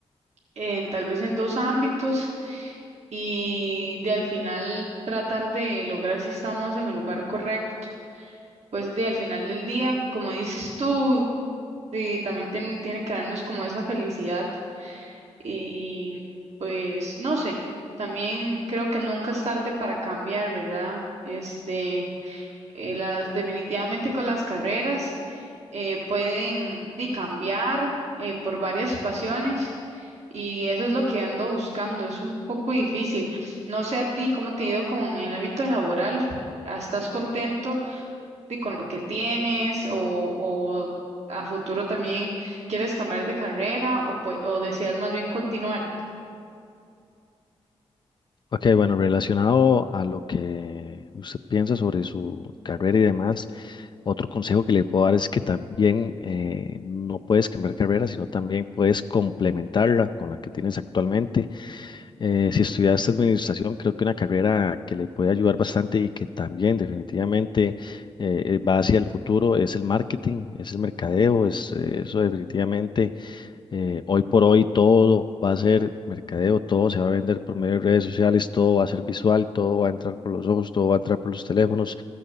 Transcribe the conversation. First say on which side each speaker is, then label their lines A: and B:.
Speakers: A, on the right; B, on the left.
A: En, tal vez en dos ámbitos y de al final tratar de lograr si estamos en el lugar correcto. Pues de al final del día, como dices tú, Y también ten- tiene que darnos como esa felicidad y pues no sé, también creo que nunca es tarde para cambiar, ¿verdad? Este, eh, las, definitivamente con las carreras eh, pueden di, cambiar eh, por varias pasiones y eso es lo que ando buscando, es un poco difícil. No sé a ti, ¿cómo te ha ido con el ámbito laboral? ¿Ah, ¿Estás contento? y con lo que tienes o, o a futuro también quieres cambiar de carrera o, pue- o deseas más bien continuar.
B: Ok, bueno, relacionado a lo que usted piensa sobre su carrera y demás, otro consejo que le puedo dar es que también eh, no puedes cambiar carrera, sino también puedes complementarla con la que tienes actualmente. Eh, si estudiaste administración, creo que una carrera que le puede ayudar bastante y que también definitivamente eh, eh, va hacia el futuro es el marketing, es el mercadeo, es eh, eso definitivamente eh, hoy por hoy todo va a ser mercadeo, todo se va a vender por medio de redes sociales, todo va a ser visual, todo va a entrar por los ojos, todo va a entrar por los teléfonos.